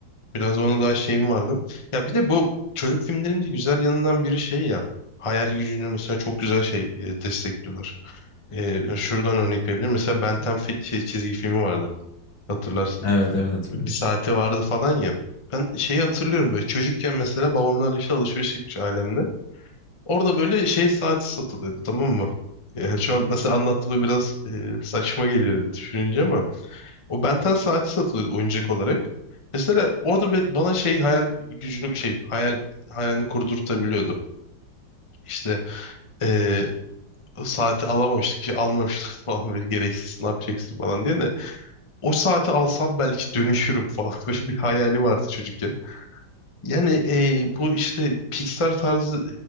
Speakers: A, on the left; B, on the left.
A: Biraz ona daha şeyim vardı. Ya bir de bu çocuk filmlerinin de güzel yanından biri şey ya. Hayal gücünü mesela çok güzel şey e, destekliyorlar. E, şuradan örnek verebilirim. Mesela Ben 10 fi- şey, çizgi filmi vardı. Hatırlarsın.
B: Evet evet hatırlıyorum.
A: Bir saati vardı falan ya. Ben şeyi hatırlıyorum böyle çocukken mesela babamlarla işte alışveriş yapmış ailemle. Orada böyle şey saati satılıyordu tamam mı? Yani şu an mesela anlattığı biraz e, saçma geliyor düşününce ama o Benten saati satılıyordu oyuncak olarak. Mesela orada be- bana şey hayal gücünü şey hayal hayalini kurdurtabiliyordu. İşte eee, o saati alamamıştık ki almamıştık <laughs> falan böyle gereksiz ne yapacaksın falan diye de o saati alsam belki dönüşürüm falan <laughs> böyle bir hayali vardı çocukken. Yani eee, bu işte Pixar tarzı